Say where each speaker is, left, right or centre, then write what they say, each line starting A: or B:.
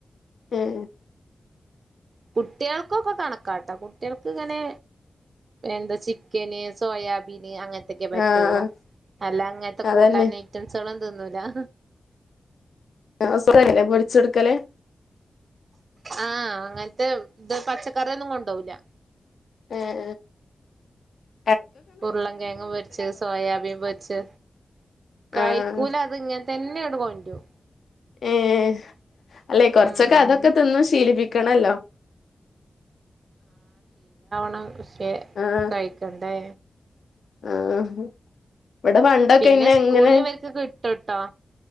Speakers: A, on the left (about 75°); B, on the right (about 50°).
A: <unintelligible>
B: കുട്ടികൾക്കൊക്കെ കണക്കാട്ടോ കുട്ടികൾക്ക് ഇങ്ങനെ എന്താ ചിക്കന് സോയാബീന് അങ്ങനത്തെ. ത്തെ പറ്റുള്ളൂ
A: ആഹ്
B: അല്ല അങ്ങനത്തെ
A: അതന്നെ
B: കൂട്ടാൻ ഐറ്റംമ്സുകൾ ഒന്നു തിന്നുല്ലാ.
A: ആ സുഖല്ലേ പൊടിച്ചെടുക്കല്.
B: ആഹ് അങ്ങനത്തെ ഇത് പച്ചക്കറിയൊന്നും കൊണ്ടുപോവൂല.
A: ഏഹ് ഏഹ്
B: ഉരുളം കേഴങ്ങ് പൊരിച്ച് സോയാബീൻ പൊരിച്ച് കഴിക്കൂല
A: ആഹ്
B: അത് ഇങ്ങനെ തന്നെയുണ്ടാ <unintelligible>
A: ഏഹ് അല്ലെ കൊറച്ചൊക്കെ
B: ഉം
A: അതൊക്കെ തിന്നു ശീലിപ്പിക്കണല്ലോ.
B: ആ ക്ക്
A: ആഹ്
B: കഴിക്കണ്ടേ.
A: ആഹ് ഇവിടെ പണ്ടൊക്കെ
B: പിന്നെ
A: ഇന്നെ
B: സ്കൂളിൽ
A: ഇങ്ങനെ
B: ഇവരിക്ക് കിട്ടുട്ടോ.